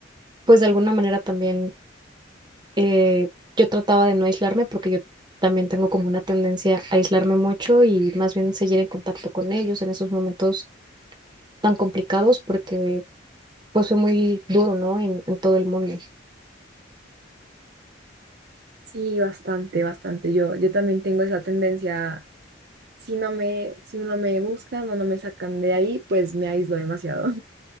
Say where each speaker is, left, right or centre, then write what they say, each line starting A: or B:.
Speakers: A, on the right; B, on the right.
A: pues de alguna manera también eh, yo trataba de no aislarme porque yo también tengo como una tendencia a aislarme mucho y más bien seguir en contacto con ellos en esos momentos tan complicados porque pues fue muy duro, ¿no? En, en todo el mundo.
B: sí, bastante, bastante. Yo, yo también tengo esa tendencia, si no me, si no me buscan o no me sacan de ahí, pues me aíslo demasiado.